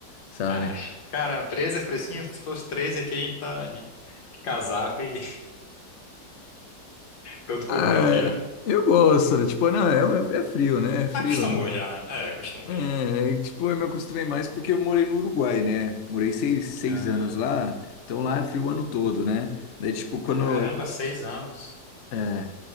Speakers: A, on the left (about 55°); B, on the left (about 85°).
A: sabe?
B: Ah, cara, 13 é fresquinho? Se fosse 13 aqui, a gente tá de de casaco e <laughs> todo coberto
A: Ah,
B: já.
A: eu gosto, né? tipo, não, é, é é frio, né? É frio,
B: Ah, acostumou
A: né?
B: já, né? É, acostumou
A: É,
B: já.
A: é, tipo, eu me acostumei mais porque eu morei no Uruguai, né? Morei seis, seis
B: Ah,
A: anos lá, então lá é frio o ano todo, né? Daí, tipo, quando,
B: caramba, seis anos.
A: é,